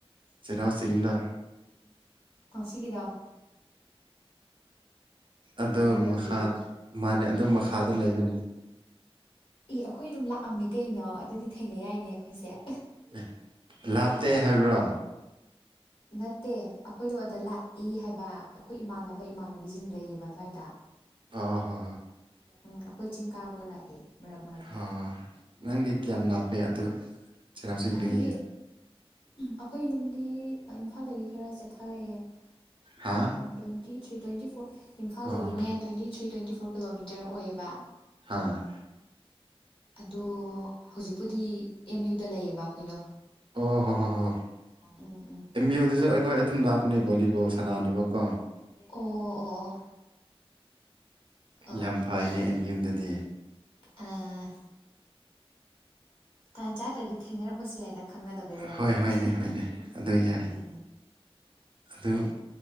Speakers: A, on the right; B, on the left.
A: ꯆꯆꯍꯥꯎꯎꯁꯤꯡꯗ
B: ꯑ ꯁꯤ ꯀꯗ
A: ꯑꯗꯨ
B: ꯊꯥꯡꯃꯩꯕꯟꯒꯤ
A: ꯃꯈꯥ ꯃꯥꯅꯦ ꯑꯗꯨ ꯃꯈꯥꯗ ꯂꯩꯕꯅꯦ
B: ꯑꯦ ꯑꯩꯈꯣꯏ ꯑꯗꯨꯝ ꯂꯥꯛꯑꯝꯃꯤ ꯀꯩꯅꯣ ꯑꯗꯨꯗꯤ ꯊꯦꯡꯅ ꯌꯥꯏꯅꯦ ꯑꯩꯈꯣꯏꯁꯦ
A: ꯑꯦ ꯂꯥꯞꯇꯦ ꯍꯥꯏꯕ꯭ꯔꯣ
B: ꯅꯠꯇꯦ ꯑꯩꯈꯣꯏꯗꯣ ꯑꯗ ꯂꯥꯛꯏ ꯍꯥꯏꯕ ꯑꯩꯈꯣꯏ ꯏꯃꯥꯟꯅꯕ ꯏꯃꯥꯟꯅꯕꯤꯁꯤꯡ ꯂꯩꯌꯦꯕ ꯑꯗꯨꯋꯥꯏꯗ
A: ꯑ ꯍꯣ
B: ꯎꯝ ꯑꯩꯈꯣꯏ ꯆꯤꯡ ꯀꯥꯕꯒ ꯂꯥꯛꯑꯦ ꯃꯔꯛ ꯃꯔꯛꯇ
A: ꯍ ꯅꯪꯗꯤ ꯀꯌꯥꯝ ꯂꯥꯞꯄꯦ ꯑꯗꯨ ꯆꯩꯔꯥꯎ ꯆꯤꯡꯗꯒꯤ
B: ꯑꯩꯈꯣꯏꯗꯤ ꯑꯩꯈꯣꯏ ꯌꯨꯝꯗꯤ ꯏꯝꯐꯥꯜꯗꯒꯤ ꯈꯔ ꯆꯠꯊꯔꯛꯑꯦ
A: ꯍꯥ
B: ꯎꯝ ꯇ꯭ꯋꯦꯟꯇꯤ ꯊ꯭ꯔꯤ ꯇ꯭ꯋꯦꯟꯇꯤ ꯐꯣꯔ ꯏꯝꯐꯥꯜꯗꯒꯤꯅꯦ
A: ꯑꯣ ꯍꯣ
B: twenty three twenty four kilometre ꯇꯔ ꯑꯣꯏꯌꯦꯕ
A: ꯍꯥꯥ
B: ꯑꯗꯣ ꯍꯧꯖꯤꯛꯄꯨꯗꯤ ꯑꯦꯝ ꯌꯨꯗ ꯂꯩꯌꯦꯕ ꯑꯩꯈꯣꯏꯗꯣ
A: ꯑꯣ ꯍꯣꯏ ꯍꯣꯏ ꯍꯣꯏ
B: ꯎꯝ ꯎꯝ
A: ꯑꯦꯝ ꯌꯨꯗꯁꯨ ꯑꯩꯈꯣꯏ ꯑꯗꯨꯝ ꯂꯥꯛꯄꯅꯦ ꯕꯣꯂꯤꯕꯣꯜ ꯁꯥꯟꯅꯅꯕꯀꯣ
B: ꯑꯣ ꯑꯣ ꯑꯣ ꯑꯣ
A: ꯌꯥꯝ
B: ꯑꯣ
A: ꯐꯩꯅꯦ
B: <unintelligible>
A: ꯑꯦꯝ ꯌꯨꯗꯗꯤ
B: ꯑꯥ ꯇꯥꯟ ꯆꯥꯗ꯭ꯔꯗꯤ ꯊꯦꯡꯅꯔꯝꯕꯁꯨ ꯌꯥꯏꯗ ꯈꯪꯅꯗꯕꯩ ꯑꯣꯏꯔꯝꯅꯤ
A: ꯍꯣꯏ ꯍꯣꯏꯅꯦ ꯍꯣꯏꯅꯦ ꯑꯗꯨ ꯌꯥꯏ
B: <unintelligible>
A: ꯑꯗꯨ